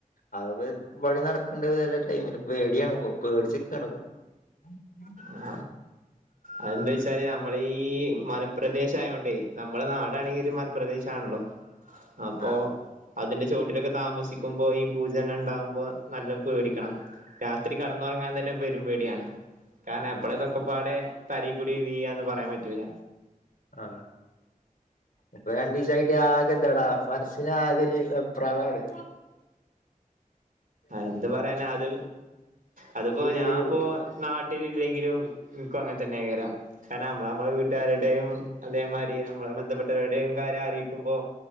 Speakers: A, on the left; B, on the right.
A: അത് പടിപടി നടക്കണ്ട വല്ല ടൈമില് പേടിയാണ് പേടിച്ച് നിക്കാണ് പോ ഉം ഉം
B: ആ അതെന്താ വെച്ചാല് നമ്മള ഈ മലപ്രദേശ ആയോണ്ടേ നമ്മുടെ നാടാണെങ്കിൽ ഒരു മലപ്രദേശ ആണല്ലോ. അപ്പൊ
A: ആഹ്
B: അതിന്റെ ചോട്ടിലൊക്കെ താമസി ക്കുമ്പോ ഈ ഭൂജനം ഇണ്ടാവുമ്പോ നല്ലോ പേടിക്കണം രാത്രി കേടന്നൊറങ്ങാൻ തന്നെ പെരും പേട്യാണ്. കാരണം എപ്പളാതൊക്കപ്പാടെ
A: ഉം
B: തലേക്കൂടി വീഴാന്ന് പറയാൻ പറ്റൂല.
A: ആഹ് ഇപ്പം രണ്ടീസായിട്ട് ആകെ ഇതാടാ മനസ്സിനാകൊര് വെ പ്രാളാണ്
B: എന്ത് പറയാന അത് അത്പ്പോ
A: ഉള്ളിലല്ലേ
B: ഞാൻ ഇപ്പോ നാട്ടില് ഇല്ലെങ്കിലും ഇൻക്കും അങ്ങനെതന്നെക്കാരം കാരണം നമ്മള് നമ്മളെ വീട്ടാരുടെയും അതേമാരി നമ്മളെ ബന്ധപ്പെട്ടവരുടെയും കാര്യം ആലോയിക്കുമ്പോ